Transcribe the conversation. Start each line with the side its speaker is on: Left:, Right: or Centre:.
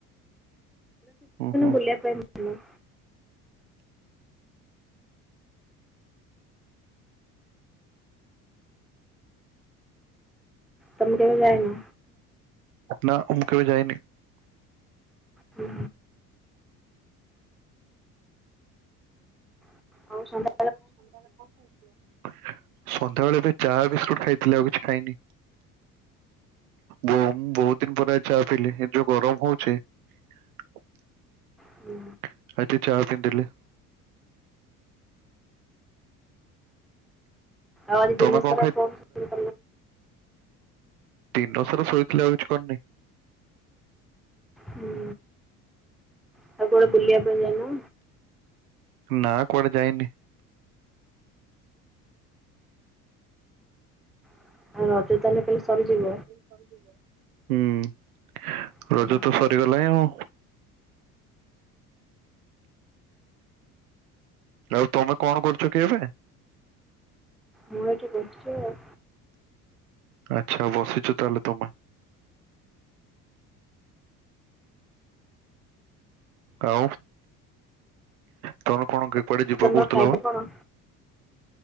Right: ଓହୋ।
Centre: ବୁଲିବା ପାଇଁ ଭଲ ତମେ କେବେ ଯାଇନ।
Right: ନା ମୁ ମୁ କେବେ ଯାଇନି।
Centre: ହୁଁ। ହଉ।
Right: ହଉ ସନ୍ଧ୍ୟାାରେ କଣ ଖାଇ ଥିଲା। ସନ୍ଧ୍ୟାବେଳେ ଏବେ ଚା ବିସ୍କୁଟ ଖାଇଥିଲେ ଆଉ କିଛି ଖାଇନି। ଁ ବହୁତ ଦିନ ପରେ ଚା ପିଲି ଏ ଯୋଉ ଗରମ ହଉଛି। <unintelligible>
Centre: ହୁଁ
Right: ଆଛା ଚା ବି ଦେଲେ।
Centre: ଆଜି
Right: ତମେ
Centre: ଦିନ
Right: କଣ
Centre: ସାରା <unintelligible>
Right: ଦିନସାର ଶୋଇଥିଲି ଆଉ କିଛି କରନି।
Centre: ହୁଁ ଆଉ କୋଟେ ବୁଲିବା। କିଣିଲ ନା?
Right: ନା କୁଆଡେ ଯାଇନି।
Centre: <unintelligible>
Right: ହଁ
Centre: ସରିଯିବ
Right: ରଜ ତାହେଲେ କାଲି ସରିଯିବ। ହୁଁ
Centre: ହୁଁ।
Right: ରଜ ତ ସରିଗଲାଇଁ ଆଉ। ଆଉ ତମେ କଣ କରୁଛ କି ଏବେ?
Centre: ମୁଁ ଏଇଠି ବସିଚି ଆଉ।
Right: ଆଚ୍ଛା ବସିଛ ତାହେଲେ ତମେ। ଆଉ ତମେ କଣ କୁଆଡେ ଯିବାକୁ
Centre: ତମର
Right: କହୁଥିଲ
Centre: ଖାଇବା
Right: ବା?
Centre: କଣ?